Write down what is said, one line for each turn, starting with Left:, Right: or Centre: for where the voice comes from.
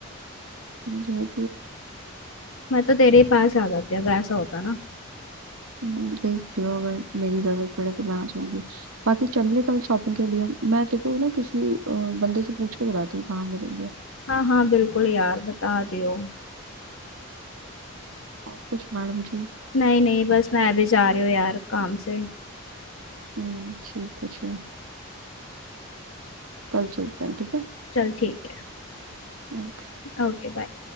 Right: हम्म
Left: मैं तो तेरे ही पास आ जाती अगर ऐसा होता ना
Right: हम्म, देख लियो अगर मेरी जरूरत पड़े तो मैं आ जाऊंगी बाकी चल ले कल शॉपिंग के लिए मैं देखो ना किसी अ, बंदे से पूछ के बताती हूँ कहाँ मिलेंगे
Left: हाँ हाँ बिल्कुल यार बता दियो
Right: और कुछ मैडम जी
Left: नहीं नहीं बस मैं अभी जा रही हूँ यार काम से
Right: हम्म, ठीक है चलो कल चलते हैं ठीक है
Left: चल ठीक
Right: हम्म।
Left: है ओके बाय